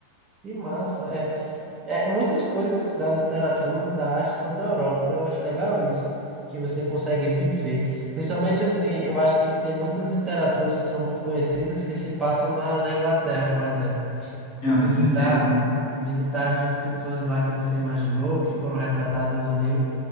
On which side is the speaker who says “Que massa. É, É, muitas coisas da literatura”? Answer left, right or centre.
Right